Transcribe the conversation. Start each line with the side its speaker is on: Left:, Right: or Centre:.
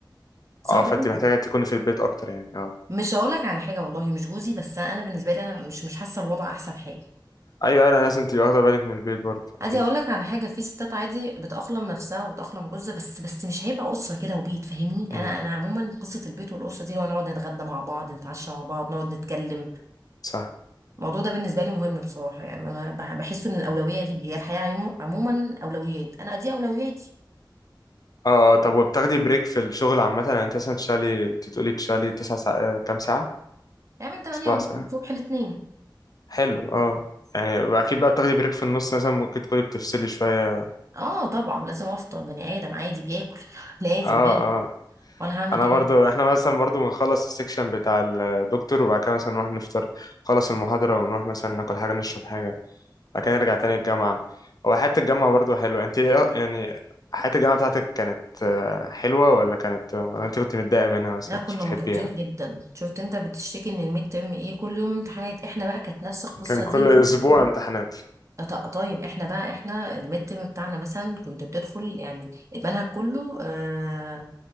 Right: صعب
Left: اه فأنت
Right: قوي
Left: محتاجة تكوني في البيت أكتر يعني اه
Right: مش هقول لك على حاجه والله مش جوزي بس انا بالنسبه لي انا مش مش حاسه الوضع احسن حاجه
Left: أيوة أنا لازم تبقي واخدة بالك من البيت برضه أكيد
Right: عادي اقول لك على حاجه في ستات عادي بتأقلم نفسها وبتأقلم جوزها بس بس مش هيبقى اسره كده وبيت فاهمني
Left: امم
Right: انا انا عموما قصه البيت والاسره دي لو نقعد نتغدى مع بعض نتعشى مع بعض نقعد نتكلم
Left: صح
Right: الموضوع ده بالنسبه لي مهم بصراحه يعني انا بح- بحس ان الاولويه لي هي الحياه عمو- عموما اولويات انا دي اولوياتي
Left: اه آه، طب وبتاخدي بريك في الشغل عامة يعني أنت مثلا بتشتغلي أنت بتقولي بتشتغلي تسع ساعات آه، كام ساعة؟
Right: يعني من 8
Left: سبع
Right: ونص
Left: ساعات
Right: الصبح لاتنين
Left: حلو اه يعني أكيد بقى بتاخدي بريك في النص مثلا ممكن تكوني بتفصلي شوية
Right: اه طبعا لازم افطر بني ادم عادي بياكل <laughs> لازم
Left: اه
Right: لازم
Left: اه
Right: ولا هعمل
Left: انا
Right: ايه
Left: برضو احنا مثلا برضو بنخلص السكشن بتاع الدكتور وبعد كده مثلا نروح نفطر نخلص المحاضرة ونروح مثلا ناكل حاجة نشرب حاجة بعد كده نرجع تاني الجامعة هو حياة الجامعة برضو حلوة انت إيه- يعني حياة الجامعة بتاعتك كانت آه، حلوة ولا كانت ولا انت كنت متضايقة منها مثلا
Right: لا كنا
Left: ما كنتش بتحبيها
Right: مضغوطين جدا شفت انت بتشتكي ان الميد ترم ايه كل يوم امتحانات احنا بقى كانت نفس القصه
Left: كان كل
Right: دي وهو
Left: اسبوع امتحانات
Right: ط- طيب احنا بقى احنا الميد ترم بتاعنا مثلا كنت بتدخل يعني المنهج كله آه